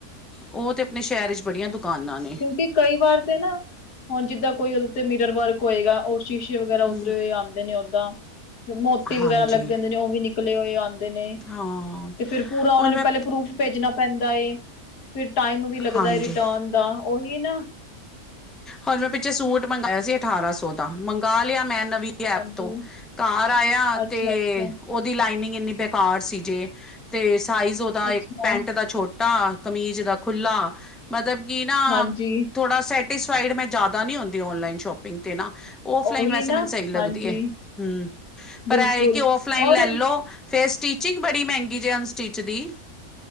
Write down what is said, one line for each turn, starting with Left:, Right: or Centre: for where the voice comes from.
Centre: ਉਹ ਤਾਂ ਆਪਣੇ ਸ਼ਹਿਰ ਚ ਬੜੀਆਂ ਦੁਕਾਨਾਂ ਨੇ।
Left: ਵੀ ਕਈ ਵਾਰ ਤੇ ਨਾ, ਹੁਣ ਜਿੱਦਾਂ ਕੋਈ ਉਹਦੇ ਤੇ ਮੀਰਰ ਵਰਕ ਹੋਏਗਾ ਉਸ ਸ਼ੀਸ਼ੇ ਵਗੈਰਾ ਉਤਰੇ
Centre: ਹੂੰ
Left: ਹੋਏ ਆਉਂਦੇ ਨੇ ਓਦਾਂ। ਮੋਤੀ ਵਗੈਰਾ
Centre: ਹਾਂਜੀ
Left: ਲੱਗੇ ਹੁੰਦੇ ਨੇ ਉਹ ਵੀ ਨਿਕਲੇ ਹੋਏ ਆਉਂਦੇ ਨੇ।
Centre: ਹਾਂ।
Left: ਤੇ ਫੇਰ ਪੂਰਾ ਉਹਨਾ
Centre: ਹੁਣ
Left: ਨੇ
Centre: ਮੈਂ
Left: ਪਹਿਲੇ ਪਰੂਫ਼ ਭੇਜਣਾ ਪੈਂਦਾ ਏ, ਫੇਰ ਟਾਈਮ ਵੀ ਲੱਗਦਾ
Centre: ਹਾਂਜੀ
Left: ਐ ਰਿਟਰਨ ਦਾ, ਓਹੀ ਨਾ
Centre: ਹੁਣ ਮੈਂ ਪਿੱਛੇ ਸੂਟ ਮੰਗਇਆ ਸੀ ਅਠਾਰਾਂ ਸੌ ਦਾ, ਮੰਗਾ ਲਿਆ ਮੈਂ ਨਵੀ
Left: ਹਾਂਜੀ,
Centre: ਐਪ ਤੋਂ ਘਰ ਆਯਾ
Left: ਅੱਛਾ-ਅੱਛਾ,
Centre: ਤੇ ਉਹਦੀ ਲਾਈਨਿੰਗ ਇੰਨੀ ਬੇਕਾਰ ਸੀ ਜੇ ਤੇ ਸਾਈਜ਼ ਉਹਦਾ
Left: ਅੱਛਾ, ਅੱਛਾ,
Centre: ਇੱਕ ਪੈਂਟ ਦਾ ਛੋਟਾ, ਕਮੀਜ਼ ਦਾ ਖੁੱਲ੍ਹਾ ਮਤਲਬ ਕਿ ਨਾ
Left: ਹਾਂਜੀ,
Centre: ਥੋੜਾ ਸੈਟਿਸਫਾਈਡ ਮੈਂ ਜ਼ਿਆਦਾ ਨੀ ਹੁੰਦੀ ਓਨਲਾਈਨ ਸ਼ੋਪਿੰਗ ਤੇ ਨਾ ਔਫਲਾਈਨ
Left: ਉਹੀ
Centre: ਵੈਸੇ
Left: ਨਾ,
Centre: ਮੈਨੂੰ ਸਹੀ ਲੱਗਦੀ
Left: ਹਾਂਜੀ,
Centre: ਐ, ਹੂੰ ਪਰ
Left: ਬਿਲਕੁਲ
Centre: ਇਹ ਏ ਕਿ ਔਫਲਾਈਨ
Left: ਔਰ
Centre: ਲੈ ਲਓ ਫੇਰ ਸਟਿਚਿੰਗ ਬੜੀ ਮਹਿੰਗੀ ਜੇ ਅਨਸਟਿਚ ਦੀ